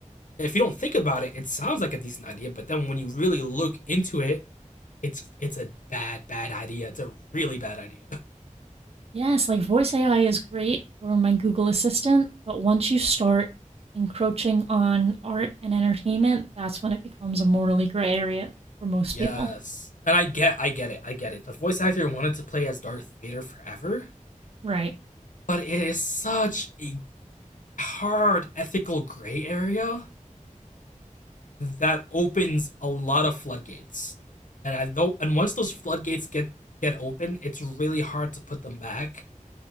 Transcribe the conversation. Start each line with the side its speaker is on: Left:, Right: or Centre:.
Left: if you don't think about it, it sounds like a decent idea. But then when you really look into it, it's it's a bad bad idea. It's a really bad idea.
Right: Yes, like voice AI is great for my Google Assistant, but once you start encroaching on art and entertainment, that's when it becomes a morally gray area
Left: <laughs>
Right: for most
Left: yes,
Right: people.
Left: and I get I get it I get it. The voice actor wanted to play as Darth Vader forever
Right: Right.
Left: but it is such a hard ethical gray area that opens a lot of floodgates. And I don't and once those floodgates get get open, it's really hard to put them back